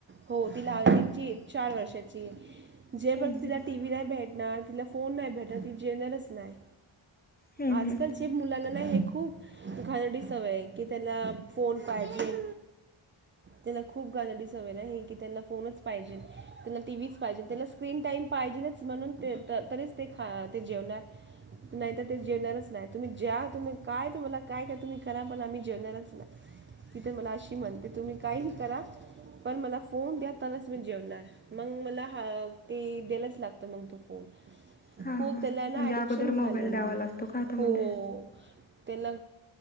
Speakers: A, on the right; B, on the left.
A: हो ती लाग तची आहे चार वर्षाची आहे. जे पर्यंत
B: हम्म हम्म.
A: तिला टी व्ही नाही भेट ना तिला फोन नाही भेटत ती जेवनारच नाही.
B: हम्म,
A: आजकालचे
B: हम्म.
A: मुलांना ना हे खूप घाणेरडी सवय आहे, की त्याला फोन पाहिजे, त्याला खूप गाणं दिसवं ना हे कि त्यांला फोनच पाहिजे, त्याला टीव्हीच पाहिजे, त्याला स्क्रीन टाइम पाहिजेच म्हणून तरीच ते ख ते जेवणार नाहीतर ते जेवणारच नाहीत. तुम्ही ज्या तुम्ही काय तुमाला काय काय तुम्ही करा पण आम्ही जेवणारच नाही. तिथ मला अशी म्हणते तुम्ही काहीही करा पण मला फोन द्या, तरच मी जेवणार. मग मला हा ते द्यालाच लागत मग तो फोन.
B: हा,
A: खूप
B: हा
A: त्याला ना
B: म्हणजे
A: ॲडिक्शन
B: अगोदर
A: झालेली
B: मोबाईल द्यावा
A: आहे
B: लागतो का तर
A: हो
B: मग द
A: त्याला